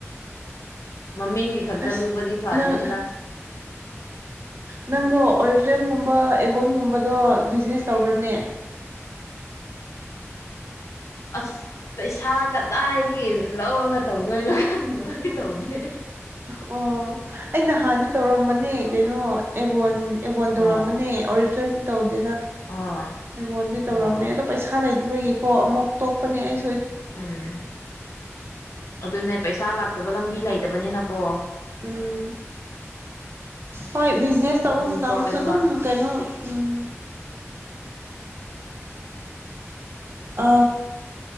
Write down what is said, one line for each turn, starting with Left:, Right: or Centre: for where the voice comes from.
Left: ꯃꯃꯤꯡꯒꯤ ꯈꯛꯇ
Right: ꯑꯁ
Left: ꯂꯨꯕꯗꯤ ꯐꯗꯦꯗꯅ
Right: ꯅꯪ ꯅꯪꯗꯣ ꯑꯣꯔꯤꯐ꯭ꯂꯦꯝꯒꯨꯝꯕ ꯑꯦ ꯕꯣꯟꯒꯨꯝꯕꯗꯣ ꯕꯤꯖꯤꯅꯦꯁ ꯇꯧꯕ꯭ꯔꯅꯦ
Left: ꯑꯁ ꯄꯩꯁꯥ ꯀꯗꯥꯏꯗꯒꯤ ꯂꯧꯔꯒ ꯇꯧꯗꯣꯏꯅꯣ ꯈꯪꯗꯕꯒꯤ ꯇꯧꯗꯦ
Right: ꯑꯣ ꯑꯩ ꯅꯍꯥꯟꯗꯤ ꯇꯧꯔꯝꯕꯅꯦ ꯀꯩꯅꯣ ꯑꯦꯕꯣꯟ ꯑꯦꯕꯣꯟ
Left: ꯑꯣ
Right: ꯇꯧꯔꯝꯕꯅꯦ ꯑꯣꯔꯤꯐ꯭ꯂꯦꯝ ꯇꯧ ꯗꯦꯗꯥ
Left: ꯑꯣ
Right: ꯑꯦꯕꯣꯟꯗꯤ ꯇꯧꯔꯝꯃꯦ
Left: ꯑꯣ
Right: ꯑꯗꯣ ꯄꯩꯁꯥ ꯇꯕꯥꯒꯤꯀꯣ ꯑꯃꯨꯛ ꯇꯣꯛꯄꯅꯦ ꯑꯩ
Left: ꯎꯝ ꯑꯗꯨꯅꯦ ꯄꯩꯁꯥ ꯂꯥꯛꯇꯕ ꯂꯝꯕꯤ ꯂꯩꯇꯕꯅꯤꯅ ꯀꯣ
Right: ꯎꯝ ꯍꯣꯏ ꯕꯤꯖꯤꯅꯦꯁ ꯇꯧꯕ
Left: ꯑꯗꯨꯝ
Right: ꯃꯇꯝꯗꯁꯨ
Left: ꯇꯣꯛꯑꯦꯕ
Right: ꯑꯗꯨꯝ ꯀꯩꯅꯣ ꯎꯝ ꯑ